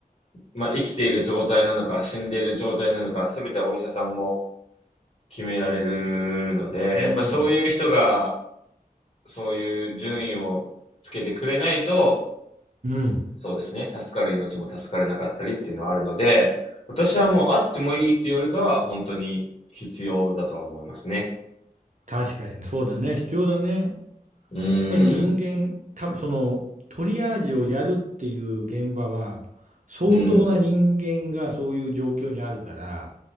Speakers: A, on the left; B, on the right.
A: まあ、生きている状態なのか、死んでいる状態なのか、すべてはお医者さんも決められるので、
B: うん。
A: やっぱりそういう人が、そういう順位をつけてくれないと、
B: うん。
A: そうですね、助かる命も助かれなかったりっていうのはあるので、私はもうあってもいいっていうよりかは、本当に必要だとは思いますね。
B: 確かに。そうだね。必要だね。
A: うーん、
B: やっぱり人間、多分その、トリアージをやるっていう現場は、相当な人間がそういう状況にあるから、
A: うん、